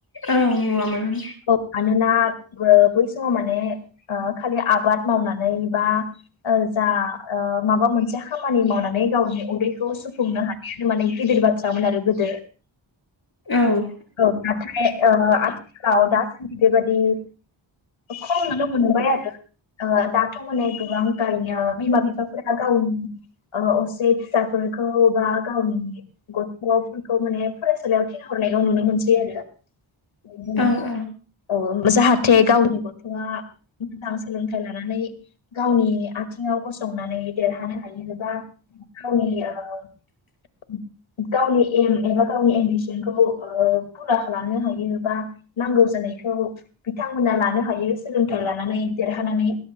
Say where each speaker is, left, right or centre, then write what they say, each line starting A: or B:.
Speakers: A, on the left; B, on the left.
A: औ नुवामोन।
B: औ मानोना बै समाव माने ओ खालि आबाद मावनानै बा ओ जा ओ माबा मोनसे खामानि मावनानै गावनि उदैखौ सुफुंनो हानाय माने गिदिर बाथ्रामोन आरो गोदो।
A: औ
B: औ नाथाय ओ आथिखालाव दासान्दि बेबायदि खम नुनो मोनबाय आरो ओ दा थ' माने गोबां गायनो बिमा बिफाफोरा गावनि ओ असे फिसाफोरखौ बा गावनि गथ'फोरखौ माने फरायसालियाव थिनहरनाय खौ नुनो मोनसै आरो दा बेनि उनाव
A: ओं ओं
B: औ जाहाथे गावनि गथ'आ मोजां सोलोंथाइ लानानै गावनि आथिङाव गसंनानै देरहानो हायोबा गावनि ओ गावनि एम एबा गावनि एम्बिसनखौ ओ फुरा खालामनो हायो बा नांगौ जानायखौ बिथांमोना लानो हायो सोलोंथाइ लानानै देरहानानै।